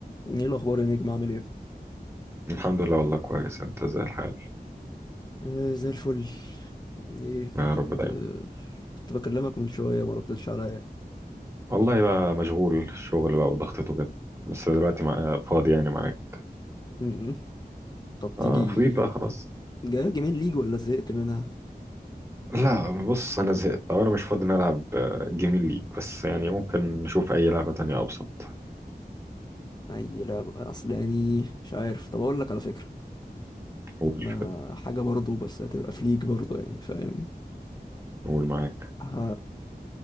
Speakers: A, on the left; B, on the right.
A: ايه الاخبار يا نجم عامل ايه
B: الحمد لله والله كويس انت زي الحال
A: آه زي الفل ايه
B: يا
A: كنت
B: رب دايما
A: آه كنت بكلمك من شويه ما ردتش عليا
B: والله بقى مشغول الشغل بقى وضغطته كده بس دلوقتي مع... فاضي يعني معاك
A: م- م. طب تيجي
B: اه فضيت بقى خلاص
A: جاي جيمين ليج ولا زهقت منها
B: لا بص انا زهقت او انا مش فاضي نلعب آه، جيمين ليك بس يعني ممكن نشوف اي لعبة تانية ابسط
A: اي لعبه اصل يعني مش عارف طب اقول لك على فكره
B: قول
A: ده
B: كده
A: حاجه برضو بس هتبقى في ليج برضو يعني فاهم
B: قول معاك
A: ه...